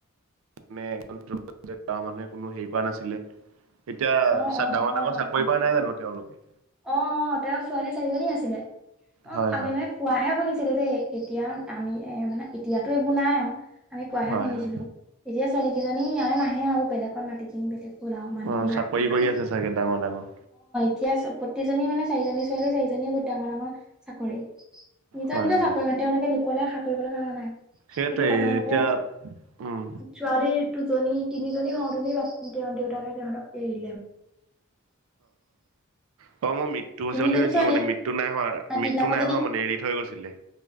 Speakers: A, on the right (about 65°); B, in the centre.
A: নে এগ যে গাঁৱৰ মানুহে কোনো হেৰি কোৱা নাছিলে। এতিয়া
B: অ',
A: চা
B: অ',
A: ডাঙৰ-ডাঙৰ
B: হয়, হয়,
A: চাকৰি পোৱা নাই জানো তেওঁলোকে?
B: অ- অ তেওঁৰ ছোৱালী চাৰিজনী আছিলে অ
A: হয়
B: আমি
A: হয়
B: মানে কোৱাহে শুনিছো ছিলো দেই, এতিয়া আমি এ মানে এতিয়াতো এইবোৰ নাই আৰু। আমি কোৱাহে
A: হয়
B: শুনিছিলো,
A: হয়
B: এতিয়া ছোৱালী কেইজনী ইয়ালে নাহে আও বেলেগত মাটি কিনি বেলেগ কলে আও মানুহ
A: অ
B: মাক
A: চাকৰি
B: ধুকালে
A: কৰি আছে চাগে ডাঙৰ ডাঙৰ
B: এতিয়া প্ৰতিজনী মানে চাৰিজনী ছোৱালী চাৰিজনীয়ে বহুত ডাঙৰ-ডাঙৰ চাকৰি। নিজৰ
A: হয়
B: নিজৰ
A: হয়
B: চাকৰি মানে তেওঁলোকে লোকলে আশা কৰিব লগা হোৱা নাই
A: সেইটোৱে
B: কিন্তু প্ৰথমতে
A: এতিয়া উম
B: ছোৱালীৰ দুজনী তিনিজনী হওওঁ তুমি তেওঁৰ দেউতাকে তেহঁতক এৰি
A: অ। অ মই মৃত্যু হৈছে
B: তিনিজনী
A: বুলি ভাবিছিলো,
B: ছোৱালীয়ে
A: মানে মৃত্যু নাই হোৱা,
B: আ তিনি
A: মৃত্যু
B: নম্বৰজনী
A: নাই হোৱা, মানে এৰি থৈ গৈছিলে।